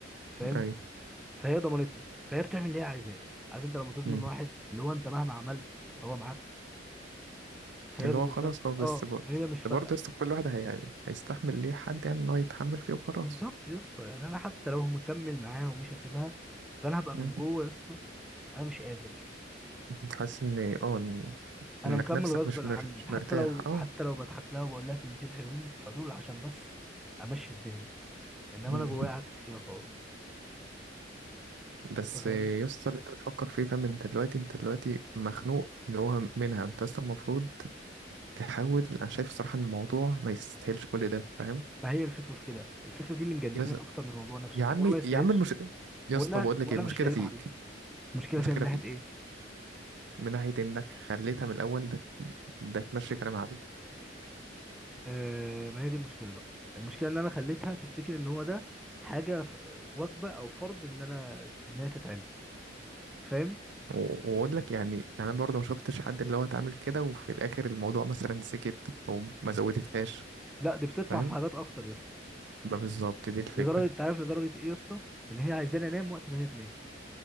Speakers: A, in the centre; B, on the right.
A: فاهم
B: ايوه
A: فهي ضمنتني فهي بتعمل اللي هي عايزاه عارف انت لما تضمن
B: مم.
A: واحد اللي هو انت مهما عملت هو معاك فهي
B: اللي
A: بالنسبه
B: هو خلاص
A: لك
B: اه بس
A: اه
B: برضه
A: هي مش فارقه
B: برضه يسطا كل واحد هي... هيستحمل ليه حد يعني ان هو يتحمل فيه وخلاص
A: بالظبط يا اسطى يعني انا حتى لو مكمل معاها ومش هسيبها فانا هبقى من
B: مم.
A: جوه يا اسطى انا مش قادر
B: انت حاسس ان اه إن-
A: انا
B: انك
A: مكمل
B: نفسك
A: غصبا
B: مش مر...
A: عني
B: مش
A: حتى
B: مرتاح
A: لو
B: اه
A: حتى لو بضحك لها وبقول لها كلمتين حلوين فدول عشان بس امشي الدنيا انما
B: مم.
A: انا جوايا عكس كده خالص
B: بس
A: انت فاهم
B: يسطا اللي انت بتفكر فيه فاهم انت دلوقتي انت دلوقتي مخنوق اللي هو منها انت اصلا المفروض تحاول انا شايف الصراحة ان الموضوع ما يستاهلش كل ده فاهم
A: ما هي الفكره في كده الفكره دي اللي مجنناني
B: يا ز-
A: اكتر من الموضوع نفسه
B: يا عمي
A: ان هو ما يستاهلش
B: يا عم المش... يا
A: وانا
B: اسطى بقول لك
A: وانا
B: ايه المشكلة
A: مش لاقي
B: فيك
A: له حل المشكله
B: المشكلة
A: فيها من ناحيه
B: فيك
A: ايه
B: من ناحية انك خليتها من الاول ده, ده تمشي كلام عليك
A: آه ما هي دي المشكله بقى المشكله ان انا خليتها تفتكر ان هو ده حاجه ف- وجبه او فرض ان انا ان هي تتعمل فاهم
B: و- واقول لك يعني انا برضه ما شفتش حد اللي هو اتعامل كده وفي الاخر الموضوع مثلا سكت او ما زودتهاش
A: لا دي بتطمع
B: فاهم
A: في حاجات اكتر يا اسطى
B: ما بالظبط دي الفكره
A: لدرجه انت عارف لدرجه ايه يا اسطى ان هي عايزاني انام وقت ما هي تنام